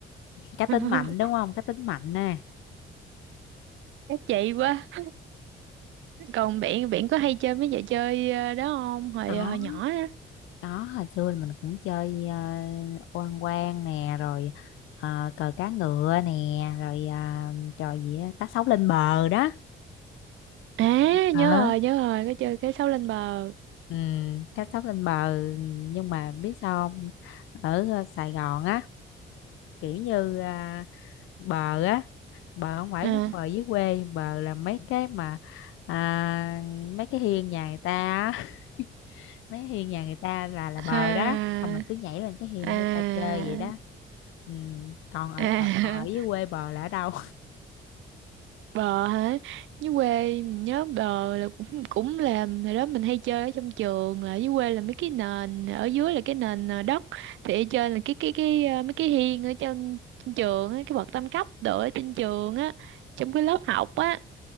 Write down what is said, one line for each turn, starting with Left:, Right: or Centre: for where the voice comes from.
Left: cá tính
Right: <laughs>
Left: mạnh đúng không cá tính mạnh nè
Right: Các chị quá. Còn biển biển có hay chơi mấy trò chơi ờ, đó không? Hồi
Left: đó
Right: hồi nhỏ á.
Left: đó hồi xưa thì mình cũng chơi ờ, oan quan nè rồi ờ, cờ cá ngựa nè rồi ờ, trò gì á, cá sấu lên bờ đó
Right: À
Left: Ờ
Right: nhớ rồi, nhớ rồi, có chơi cái sấu lên bờ.
Left: Ừ, cá sấu lên bờ nhưng mà biết sao không ở ờ, Sài Gòn á kiểu như à, bờ á bờ không phải
Right: À
Left: giống bờ dưới quê bờ là mấy cái mà à, mấy cái hiên nhà người ta á <laughs> mấy hiên nhà người ta là là
Right: à
Left: bờ đó xong là cứ nhảy lên cái hiên
Right: à
Left: của người ta chơi vậy đó ừ. còn ở,
Right: à
Left: ở còn ở dưới quê bờ là ở đâu
Right: <laughs> bờ hả? Dưới quê mình nhớ bờ là cũng cũng là hồi đó mình hay chơi ở trong trường là dưới quê là mấy cái nền ở dưới là cái nền ờ, đất thì ở trên là cái cái cái ờ, mấy cái hiên ở trên, trên trường á, cái bậc tam cấp đồ ở trên trường á trong cái lớp học á